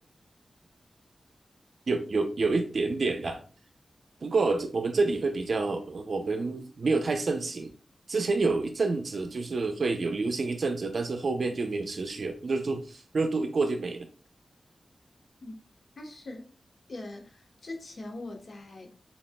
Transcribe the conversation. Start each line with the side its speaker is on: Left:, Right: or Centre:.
Right: 有有有一点点的，不过我们这里会比较，我们没有太盛行。之前有一阵子就是会有流行一阵子，但是后面就没有持续了，热度热度一过就没了。
Left: 嗯，它是，也之前我在